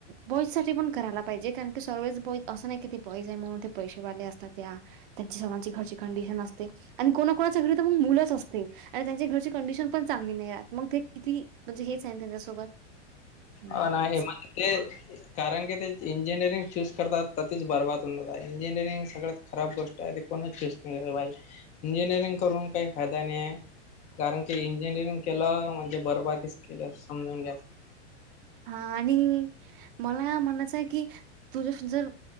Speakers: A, on the right (about 45°); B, on the left (about 20°).
A: बॉईजसाठी पण करायला पाहिजे कारण की सर्वच बॉई असं नाही की, ते बॉईज आहे म्हणून ते पैसेवाले असतात त्या. त्यांची सर्वांची घरची कंडिशन असते आणि कोणा कोणाच्या घरी तर मग मुलंच असते. आणि त्यांची घरची कंडिशन पण चांगली नाहीतमग ते किती म्हणजे हेच आहे त्यांच्यासोबत. नाही
B: हो ना
A: मिळायचं
B: हे म्हण ते कारण की ते इंजिनिअरिंग चूज करतात तर तीच बरबाद होऊन जात इंजिनिअरिंग सगळं खराब गोष्ट आहे ते कोणच चूज नई कराय पाहिजे इंजिनिअरिंग करून काही फायदा नी ये कारण की इंजिनिअरिंग केलं म्हणजे बरबादी केलि समजून घ्यायच.
A: हा आणि मला म्हणयचं आहे कि तुझ जर